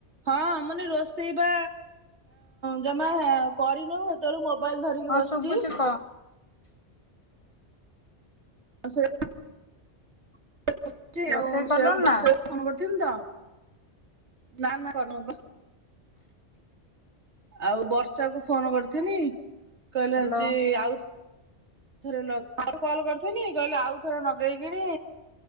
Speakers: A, on the right; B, on the left.
A: ହଁ ମାନେ ରୋଷେଇ ବା ଜମା କରିନୁ। ସେତେବେଳୁ ମୋବାଇଲ ଧରିକି
B: ହଁ
A: ବସିଛି।
B: ଶୁଭୁଛି କହ
A: ଆ ସେ ବ ଚି
B: ରୋଷେଇ
A: ଆଉ
B: କଲୁଣି
A: ସେଆକୁ ବ
B: ନା
A: ଚଆକୁ ଫୋନ୍ କରିଥିଲି ତ ନା ନା କରନୁବା। ଆଉ ବର୍ଷା କୁ ଫୋନ କରିଥିନି କହିଲାଯେ
B: ହ୍ୟାଲୋ
A: ଆଉ ଆଉଥରେ ଲଗେଇ ଆଉ କଲ କରିଥିଲଥିଲି କହିଲେ ଆଉ ଥରେ ଲଗେଇକିରି